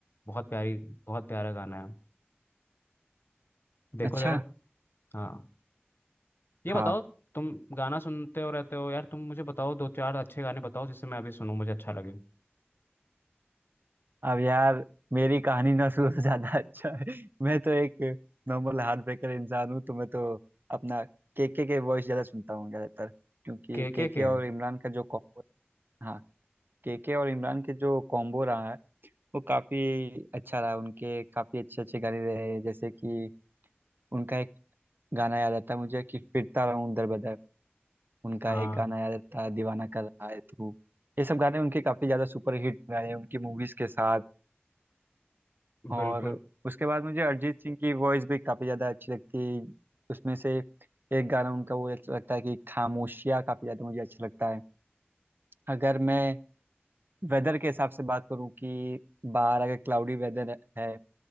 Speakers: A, on the left (about 60°); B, on the right (about 55°).
A: बहुत प्यारी बहुत प्यारा गाना है देखो
B: अच्छा
A: ज़रा हाँ ये
B: हाँ
A: बताओ तुम गाना सुनते हो रहते हो यार तुम मुझे बताओ दो चार अच्छे गाने बताओ जिससे मैं अभी सुनूं मुझे अच्छा लगे
B: अब यार मेरी कहानी ना सुनो <laughs> तो ज्यादा अच्छा है मैं तो एक नॉर्मल हार्ट ब्रेकर इंसान हूँ तो मैं तो अपना केके के वॉइस ज्यादा सुनता हूँ ज्यादातर क्योंकि
A: के के
B: केके
A: के
B: और इमरान का जो कॉम्बो हाँ केके और इमरान के जो कॉम्बो रहा है वो काफी अच्छा रहा उनके काफी अच्छे अच्छे गाने रहे जैसे कि उनका एक गाना याद आता है मुझे कि फिरता रहूं दर बदर उनका
A: हाँ
B: एक गाना आया था दीवाना कर रहा है तू ये सब गाने उनके काफ़ी ज़्यादा सुपर हिट गाए हैं उनकी मूवीज़ के साथ और
A: बिल्कुल
B: उसके बाद मुझे अरिजीत सिंह की वॉइस भी काफ़ी ज़्यादा अच्छी लगती है उसमें से एक गाना उनका वो अच्छा लगता है कि खामोशियाँ काफ़ी ज़्यादा मुझे अच्छा लगता है अगर मैं वेदर के हिसाब से बात करूँ कि बाहर अगर क्लाउडी वेदर है